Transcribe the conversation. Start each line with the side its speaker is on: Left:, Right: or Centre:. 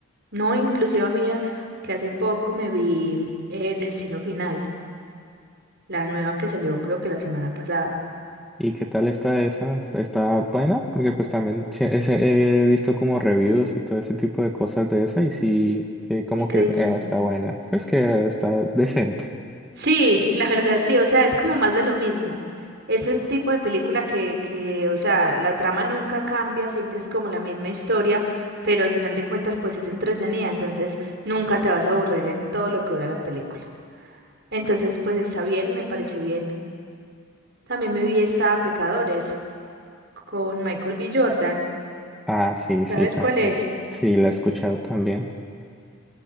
Right: No, inclusive mira que hace poco me vi eh, Destino Final, la nueva que salió creo que la semana pasada.
Centre: ¿Y qué tal está esa? ¿Está, está buena? Porque pues también sí, ese- he visto como reviews y todo ese tipo de cosas de esa y sí, sí, como
Right: ¿Y qué
Centre: que eh,
Right: dicen?
Centre: está buena. Pues que está decente.
Right: Sí, la verdad sí, o sea, es como más de lo mismo. Es el tipo de película que, que, o sea, la trama nunca cambia, siempre es como la misma historia, pero al final de cuentas pues es entretenida, entonces nunca te vas a aburrir en todo lo que dura la película. Entonces pues está bien, me pareció bien. También me vi esta Pecadores con Michael B. Jordan,
Centre: Ah, sí,
Right: ¿sabes
Centre: sí, también.
Right: cuál es?
Centre: Sí, la he escuchado también.